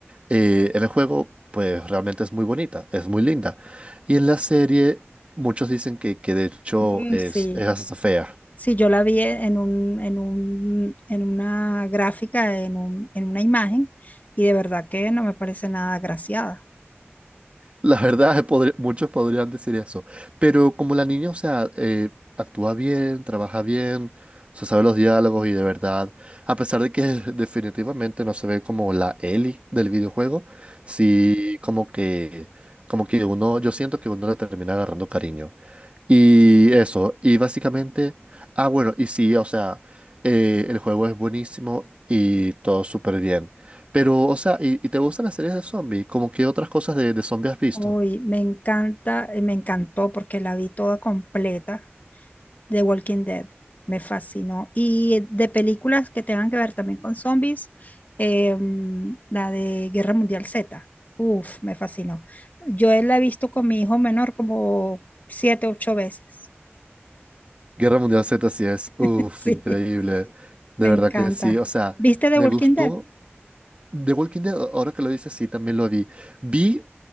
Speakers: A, on the right (about 30°); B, on the left (about 40°).
A: eh, en el juego pues realmente es muy bonita, es muy linda. Y en la serie muchos dicen que, que de hecho
B: Mm,
A: es,
B: sí,
A: es hasta fea.
B: sí, yo la vi en un, en un, en una gráfica, en un, en una imagen, y de verdad que no me parece nada agraciada.
A: La verdad, <laughs> eh, podri- muchos podrían decir eso. Pero como la niña, o sea, eh, actúa bien, trabaja bien, se sabe los diálogos y de verdad, a pesar de que <laughs> definitivamente no se ve como la Ellie del videojuego, sí como que, como que uno, yo siento que uno le termina agarrando cariño. Y eso, y básicamente, ah, bueno, y sí, o sea, eh, el juego es buenísimo y todo súper bien. Pero, o sea, ¿y, y te gustan las series de zombies? como que otras cosas de, de zombies has visto?
B: Uy, me encanta, eh, me encantó porque la vi toda completa de Walking Dead. Me fascinó. Y eh, de películas que tengan que ver también con zombies, em, la de Guerra Mundial Z. Uf, me fascinó. Yo la he visto con mi hijo menor como siete, ocho veces.
A: Guerra Mundial Z sí es,
B: <laughs>
A: uff,
B: Sí,
A: increíble. De
B: me
A: verdad
B: encanta.
A: que sí, o sea,
B: ¿Viste The
A: me
B: Walking
A: gustó.
B: Dead?
A: The Walking Dead, ahora que lo dices, sí, también lo vi. Vi